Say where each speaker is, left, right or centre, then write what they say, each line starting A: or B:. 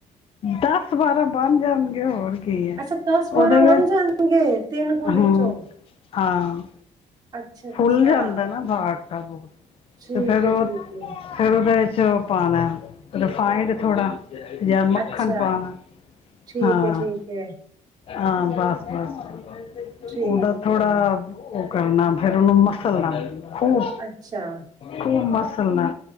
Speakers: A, on the left; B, on the right.
A: ਦਸ ਬਾਰਾਂ ਬੰਣ ਜਾਣਗੇ ਹੋਰ। ਕੀ ਏ?
B: ਅੱਛਾ ਦਸ
A: ਉਹਦੇ
B: ਬਾਰਾਂ
A: ਵਿੱਚ,
B: ਬਣ ਜਾਣਗੇ ਤਿੰਨ ਕੋਲੀ
A: ਹਾਂ,
B: ਚੋਂ
A: ਹਾਂ।
B: ਅੱਛਾ ਅੱਛਾ
A: ਫੁੱਲ ਜਾਂਦਾ ਏ ਨਾ, ਬਾਰ ਤਾਂ <unintelligible>
B: ਠੀਕ
A: ਤੇ ਫੇਰ
B: ਹੈ
A: ਉਹ,
B: ਠੀਕ ਹੈ
A: ਫੇਰ ਉਹਦੇ ਚ ਪਾਣਾ ਏ, ਰਿਫਾਈੰਡ ਥੋੜਾ ਯਾ ਮੱਖਣ
B: ਅੱਛਾ
A: ਪਾਣਾ ਏ।
B: ਠੀਕ
A: ਹਾਂ।
B: ਹੈ ਠੀਕ ਹੈ
A: ਹਾਂ ਬਸ-ਬਸ,
B: ਠੀਕ
A: ਉਹਦਾ ਥੋੜਾ
B: ਹੈ
A: ਔ ਕਰਨਾ, ਫੇਰ ਔਨੂੰ ਮਸਲਨਾ ਖੂਬ,
B: ਅੱਛਾ
A: ਖੂਬ ਮਸਲਨਾ।